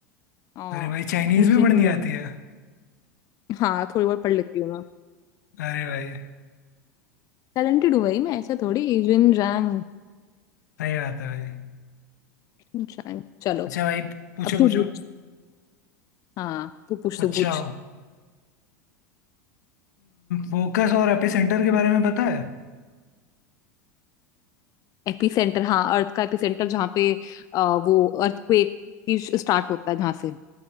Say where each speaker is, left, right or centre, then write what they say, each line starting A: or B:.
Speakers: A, on the left (about 40°); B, on the left (about 75°).
A: हाँ
B: अरे भाई चाइनीज भी
A: जिनजियांग
B: पढ़नी आती है
A: हाँ थोड़ी बहुत पढ़ लेती हूँ मैं
B: अरे भाई
A: टैलेंटेड हूँ भाई मैं ऐसे थोड़ी जिनजियांग
B: सही बात है भाई
A: जिनजियांग चलो
B: अच्छा भाई पूछो
A: अब तू
B: पूछो
A: पूछ हाँ तू पूछ
B: अच्छा
A: तू पूछ
B: फोकस और एपिसेंटर के बारे में पता है
A: एपिसेंटर हाँ अर्थ का एपिसेंटर जहाँ पे आ, वो अर्थक्वेक की स्टार्ट होता है जहाँ से